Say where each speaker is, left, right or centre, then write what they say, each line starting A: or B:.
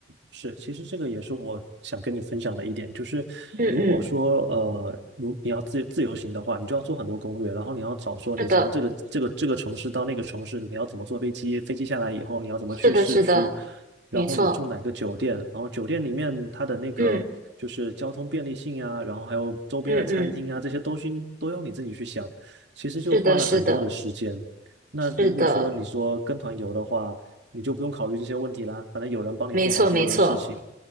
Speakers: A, on the right; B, on the right.
A: 是，其实这个也是我想跟你分享的一点，就是如果说呃，
B: 嗯嗯，
A: 如你要自自由行的话，你就要做很多攻略，然后你要找说你从这个这个这个城市到那个城市，
B: 是的，
A: 你要怎么坐飞机，飞机下来以后你要怎么去市区，
B: 是的，是的，没错，
A: 然后你住哪个酒店，然后酒店里面它的那个就是交通便利性啊，
B: 嗯
A: 然后还有周边的餐厅啊，
B: 嗯嗯，
A: 这些东西都要你自己去想，其实就花了很多的时间。
B: 是的，是的，
A: 那如果说你说跟团游的话，
B: 是的，
A: 你就不用考虑这些问题啦，反正有人帮你做好所有的事情。
B: 没错，没错，